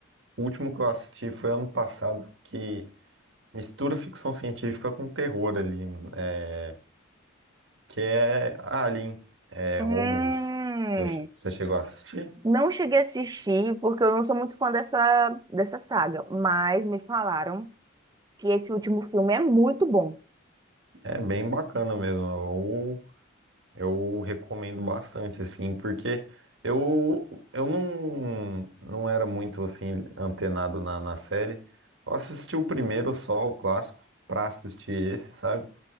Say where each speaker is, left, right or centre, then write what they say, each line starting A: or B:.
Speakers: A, on the right; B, on the right.
A: o último que eu assisti foi ano passado, que mistura ficção científica com terror ali, é, que é Alien, é,
B: Hum,
A: Romulus, que eu che- você chegou a assistir.
B: não cheguei a assistir porque eu não sou muito fã dessa, dessa saga, mas me falaram que esse último filme é muito bom.
A: É bem bacana mesmo. Eu recomendo bastante, assim, porque eu, eu não, não era muito, assim, antenado na, na série. Eu assisti o primeiro só, o clássico, pra assistir esse, sabe?